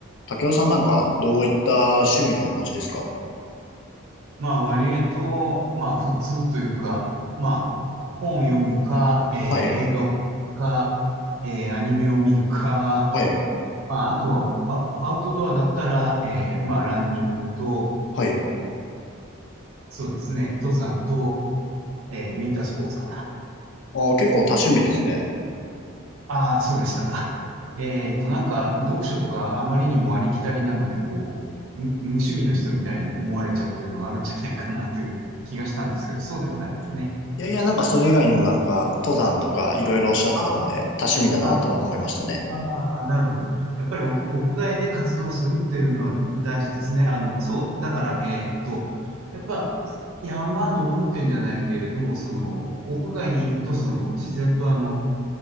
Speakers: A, on the left; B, on the right.
A: 竹雄さんなんかどういった趣味をお持ちですか
B: まあ割と、まあ普通というか、まあ本を読むか、えー映画を見るか、
A: はい、
B: えーアニメを見るか、
A: はい、
B: まああとはあアウトドアだったら、えーまあランニングと、
A: はい。
B: そうですね、登山と、えーウィンタースポーツかな。
A: あー、結構多趣味ですね。
B: ああ、そうでしたか。えっとなんか読書とかあまりにもありきたりなので、こう、む無趣味の人みたいに思われちゃうというのがあるんじゃないかなという気がしたんですけど、そうでもないですね。
A: いやいや、なんかそれ以外にもなんか登山とかいろいろおっしゃってたので多趣味だなとは思いましたね。
B: ああああ、なるほど。やっぱり屋、屋外で活動するっていうのは大事ですね。あの、そう。だから、えーっと、やっぱ、山登るっていうんじゃないけれども、その、屋外にいると、その、自然とあの、